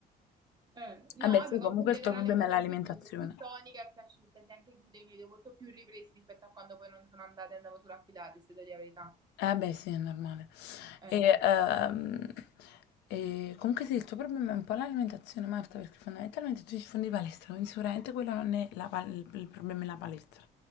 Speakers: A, on the right; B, on the left.
A: Eh, no,
B: Vabbè,
A: vabbè,
B: sì,
A: comunque
B: comunque
A: in generale
B: il tuo problema
A: mi
B: è
A: vedo
B: l'alimentazione.
A: più, mi vedo più tonica e più asciutta, sì, anche i glutei mi vedo molto più ripresi rispetto a quando poi non sono andata e andavo solo a Pilates, se devo dire la verità.
B: Eh, Vabbè, sì, è normale.
A: Eh,
B: E, ehm, e comunque sì, il tuo problema è un po' l'alimentazione, Marta, perché fondamentalmente tu ci fondi di palestra, quindi sicuramente quello non è la pal- il il problema è la palestra,